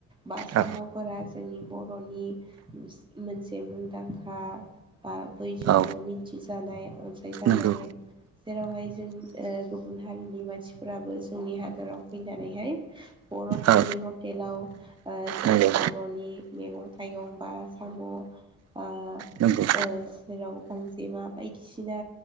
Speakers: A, on the right; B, on the right.
A: बा साम'फोरा
B: औ
A: जोंनि बर'नि नि मोनसे मुंदांखा बा बयजोंबो
B: औ
A: मिथिजानाय अनसाय जानाय
B: नंगौ
A: जेरावहाय जों ओ गुबुन हारिनि मानसिफोराबो जोंनि हादराव फैनानैहाय बर'फोरनि
B: औ
A: हटेलाव ओ जोंनि
B: नंगौ
A: बर'नि मैगं थाइगं बा साम' आ
B: नंगौ
A: ओ सेराव गां जेमा बायदिसिना